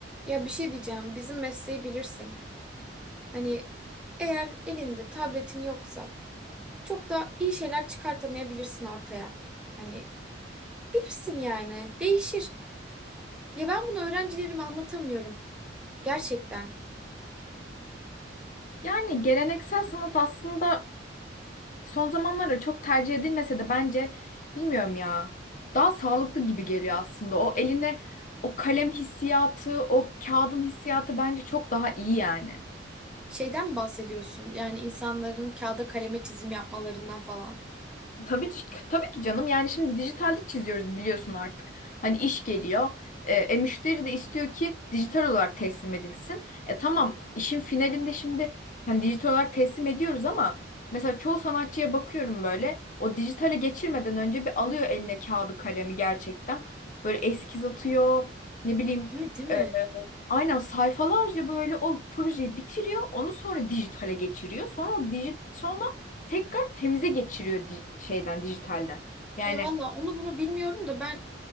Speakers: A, in the centre; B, on the left.
A: Ya bir şey diyeceğim. Bizim mesleği bilirsin. Hani eğer elinde tabletin yoksa çok da iyi şeyler çıkartamayabilirsin ortaya. Hani bilirsin yani. Değişir. Ya ben bunu öğrencilerime anlatamıyorum. Gerçekten.
B: Yani geleneksel sanat aslında son zamanlarda çok tercih edilmese de bence bilmiyorum ya. Daha sağlıklı gibi geliyor aslında. O eline o kalem hissiyatı, o kağıdın hissiyatı bence çok daha iyi yani.
A: Şeyden mi bahsediyorsun? Yani insanların kağıda kaleme çizim yapmalarından falan.
B: Tabii, ki- tabii ki canım. Yani şimdi dijitalde çiziyoruz biliyorsun artık. Hani iş geliyor. E, e, müşteri de istiyor ki dijital olarak teslim edilsin. E tamam işin finalinde şimdi hani dijital olarak teslim ediyoruz ama mesela çoğu sanatçıya bakıyorum böyle o dijitale geçirmeden önce bir alıyor eline kağıdı kalemi gerçekten. Böyle eskiz atıyor ne bileyim
A: Değil mi? Değil mi?
B: e, Aynen sayfalarca böyle o projeyi bitiriyor. Onu sonra dijitale geçiriyor. Sonra o dijit sonra tekrar temize geçiriyor di- şeyden dijitalden. Yani
A: Ya valla onu bunu bilmiyorum da ben